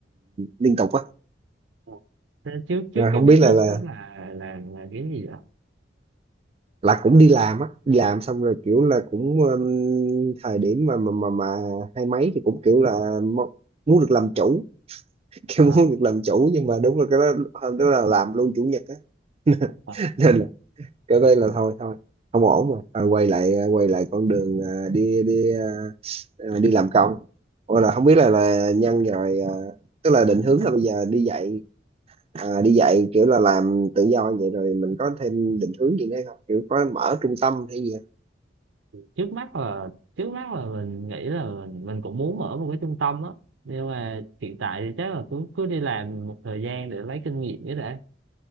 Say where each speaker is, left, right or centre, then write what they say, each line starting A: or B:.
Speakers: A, on the right; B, on the right.
A: liên tục á
B: không thế trước trước
A: rồi
B: cái
A: không
B: business
A: biết là là
B: đó là là là cái gì vậy
A: là cũng đi làm á đi làm xong rồi kiểu là cũng um, thời điểm mà mà mà mà hai mấy thì cũng kiểu là mo- muốn được làm chủ <laughs> kiểu
B: à,
A: muốn được làm chủ nhưng mà đúng là cái đó hôm đó là làm luôn chủ nhật á
B: à,
A: <laughs> nên
B: à.
A: là cái đây là thôi thôi không ổn rồi Ờ, quay lại à, quay lại con đường à, đi đi à, à, đi làm công Ủa là không biết là là nhân rồi à, tức là định hướng là bây giờ đi dạy à, đi dạy kiểu là làm tự do vậy rồi mình có thêm định hướng gì nữa không kiểu có mở trung tâm hay gì không?
B: trước mắt là trước mắt là mình nghĩ là mình mình cũng muốn mở một cái trung tâm á nhưng mà hiện tại thì chắc là cứ cứ đi làm một thời gian để lấy kinh nghiệm cái đã